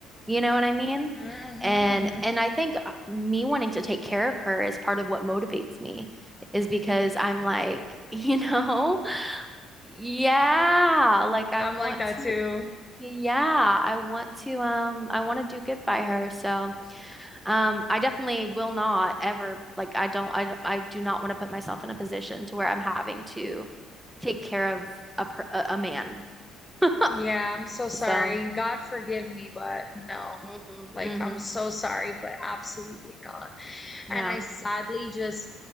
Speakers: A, in the centre; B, on the left (about 20°).
A: You know what I mean?
B: Mm-hmm,
A: And
B: hmm
A: and I think uh, me wanting to take care of her is part of what motivates me is because I'm like, <laughs> you know, yeah, like I
B: i'm
A: want
B: like that
A: to
B: too
A: yeah, I want to um I want to do good by her. So, um I definitely will not ever like I don't I don't- I do not want to put myself in a position to where I'm having to take care of a per a, a man. <laughs>
B: yeah i'm so sorry
A: So,
B: god forgive me but no
A: mhm
B: like
A: mhm
B: i'm so sorry but absolutely not
A: yeah.
B: and I sadly just